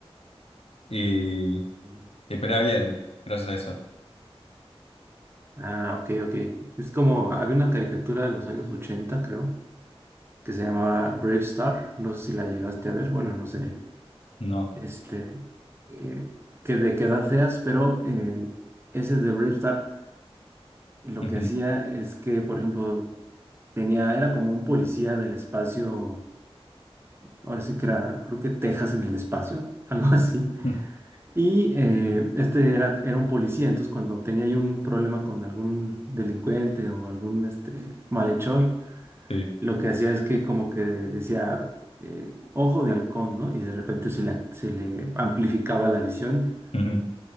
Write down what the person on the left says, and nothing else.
y
espera bien, gracias a eso.
No.
Ujú.
<laughs>
Sí.
Ujú.